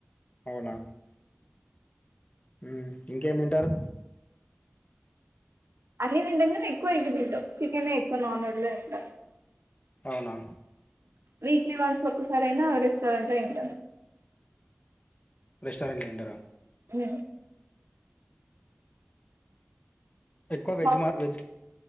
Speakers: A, on the left; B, on the right.
A: అవునా ఉ ఇంకేమి తింటారు
B: అన్ని తింటాం కానీ ఎక్కువ ఇవి తింటాం చికెన్ ఎక్కువ నాన్ వెజ్లో ఇంకా.
A: అవునా
B: వీక్లీ వన్స్ ఒక్కసారి అయినా రెస్టారెంట్లో తింటాం.
A: రెస్టారెంట్లో తింటారా
B: ఉ
A: ఎక్కువ వెజ్
B: ఫస్ట్
A: మా వెజ్